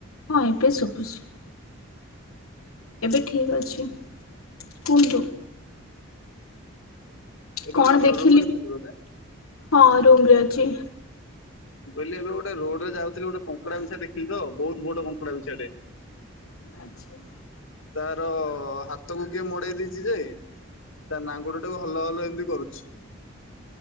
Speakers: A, on the left; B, on the left.
A: ହଁ ଏବେ ଶୁଭୁଛି। ଏବେ ଠିକ୍ ଅଛି କୁହନ୍ତୁ।
B: ଏବେ
A: କଣ
B: ଆପଣ
A: ଦେଖିଲି
B: ରୁମ ରେ ଅଛନ୍ତି ବୋଧେ?
A: ହଁ ରୁମରେ ଅଛି।
B: ମୁଁ କହିଲ ଏବେ ଗୋଟେ ରୋଡରେ ଯାଉଥିଲି ଗୋଟେ କଙ୍କଡାବିଛା ଦେଖିଲି ତ ବହୁତ ବଡ କଙ୍କଡାବିଛାଟେ।
A: ଆଚ୍ଛା।
B: ତାର ହାତ କୁ କିଏ ମୋଡେଇ ଦେଇଛି ଯେ ତା ନାଙ୍ଗୁଡଟାକୁ ହଲ ହଲ ଏମିତି କରୁଛି।